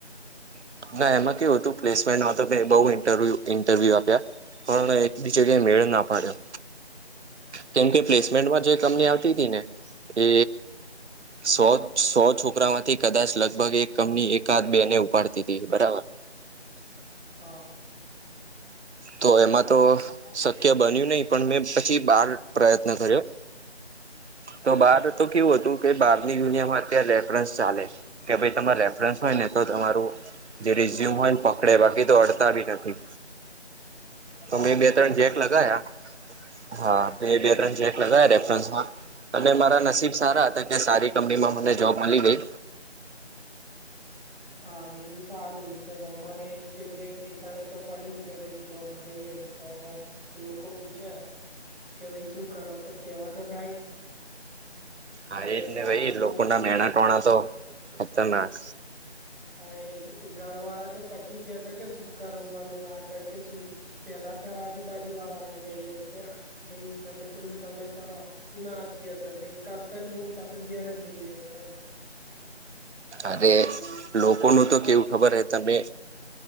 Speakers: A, on the right; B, on the right.
A: જ ના એમાં કેવું હતું પ્લેસ તો બહુ ઇન્ટરવ્યૂ ઇન્ટરવ્યુ આપ્યા પણ એક બી જગ્યાએ મેળ ના પાડ્યો. કેમ કે પ્લેસમેન્ટમાં
B: અચ્છા
A: જે કંપની આવતી હતી ને એ સો સો છોકરા માંથી કદાચ લગભગ એક કંપની એકાદ બે ને ઉપાડતી હતી બરાબર
B: હા.
A: તો એમાં તો શક્ય બન્યું નહી પણ મેં પછી બાર પ્રયત્ન કર્યો તો બહાર તો કેવું હતું કે બહારની દુનિયામાં અત્યારે રેફરન્સ ચાલે કે ભાઈ તમારે રેફરન્સ હોય ને તો તમારું જે રિઝ્યુમ હોયને પકડે બાકી તો અડ સારી હતી.
B: હા
A: તો મેં બે ત્રણ
B: એ તો
A: જેક
B: છે
A: લગાયા હા મે બે ત્રણ જેક લગાયા રેફરન્સમાં અને મારા નસીબ સારા હતા કે સારી કંપનીમાં મને જોબ મળી ગઈ
B: હા એ સારું તો તમારે એક જગ્યાએ ઠેકાણે તો પડ્યું કે ભાઈ જોબ મળી ગઈ તો હવ લોકો પૂછે કે ભાઈ શું કરવા તો કેવા તો થાય
A: હા
B: કે
A: એ જ ને
B: આ
A: ભાઈ
B: કરું
A: લોકો
B: છું
A: ના મેણા ટોણા તો ખતરનાક.
B: હા એ ઘરવાળા તો પછી કે સે કે શું કરવાનું આગળ કે શું પેલા તો આજુબાજુ વાળા એને કહીએે કે ભાઈ ગમે તેટલું તમે કરો. ના આજ કેસે ભાઈ કરતા જ નહી કસુ ઘેર જ બેહી રહ્યો આમ
A: અરે લોકોનું તો કેવું ખબર હ તમે